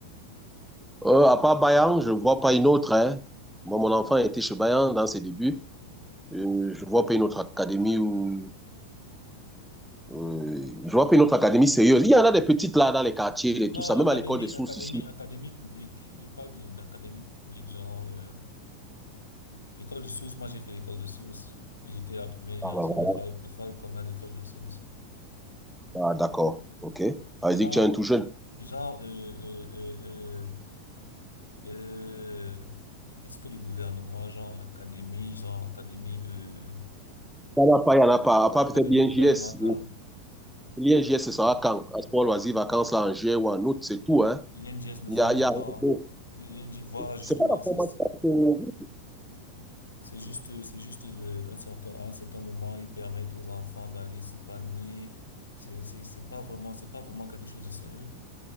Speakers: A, in the centre; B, on the left.
A: Euh, à part Bayern, je ne vois pas une autre. hein. Moi, mon enfant était chez Bayern dans ses débuts. Euh, je ne vois pas une autre académie où Euh, je vois pas une autre académie sérieuse. Il y en a des petites là dans les quartiers et
B: Non,
A: tout ça, même
B: académie,
A: à l'école des sources
B: académie,
A: ici.
B: académie publique. Je parle d'une- académie publique, genre euh, l'école de source. Moi, j'ai fait l'école de source. J'étais la première génération
A: Ah, bah, voilà.
B: de Fal de Fal qu'on a l'école de source.
A: Ah, d'accord. OK. Ah,
B: Genre,
A: il dit que tu es un tout jeune.
B: genre, euh, euh, euh, euh, euh, qu'est-ce que le gouvernement, genre académie, genre académie, euh,
A: Il n'y en a pas, il n'y en a pas. À part peut-être
B: académie
A: l'INJS.
B: gouvernementale.
A: L'INJS, ce sera quand? À sport loisirs, vacances là en juin ou en août, c'est tout, hein.
B: L'INGS ne
A: Il y
B: forme
A: a, il y a rien
B: pas.
A: d'autre.
B: L'INGS, voilà justement,
A: C'est pas la
B: c'est
A: formation. que-
B: C'est juste, c'est juste de, un certain, à un certain moment, ils permettent aux enfants d'aller s'épanouir. C'est, c'est, c'est pas vraiment, c'est pas vraiment quelque chose de sérieux.